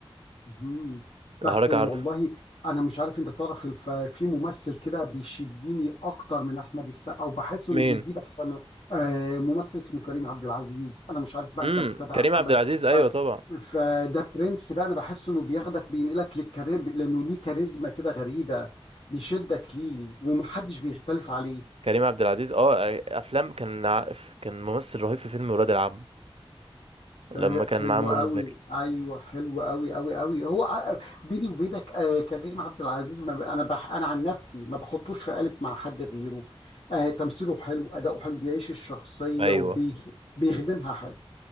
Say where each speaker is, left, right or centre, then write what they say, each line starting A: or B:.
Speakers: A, on the left (about 85°); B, on the right (about 80°).
A: مهم. بس
B: لو حضرتك
A: والله
B: عارفه
A: انا مش عارف انت تعرف الف... في ممثل كده بيشدني اكتر من احمد السقا وبحس
B: مين
A: انه بيجيب احسن من- آه ممثل اسمه كريم عبد العزيز انا مش عارف بقى
B: امم
A: انت بتتابع
B: كريم عبد
A: عمل
B: العزيز ايوه
A: آه.
B: طبعا
A: فده برنس بقى انا بحس انه بياخدك بينقلك للكارير لانه ليه كاريزما كده غريبة بيشدك ليه ومحدش بيختلف عليه
B: كريم عبد العزيز اه افلام كان ع- كان ممثل رهيب في فيلم ولاد العم لما
A: آه،
B: كان
A: حلو
B: معاه منى
A: قوي
B: زكي
A: ايوه حلو قوي قوي قوي هو ع- بيني وبينك آه، كريم عبد العزيز ما ب... انا بح... انا عن نفسي ما بحطوش في قالب مع حد غيره آه، تمثيله حلو اداؤه حلو بيعيش الشخصيه
B: ايوه
A: وبيخدمها حلو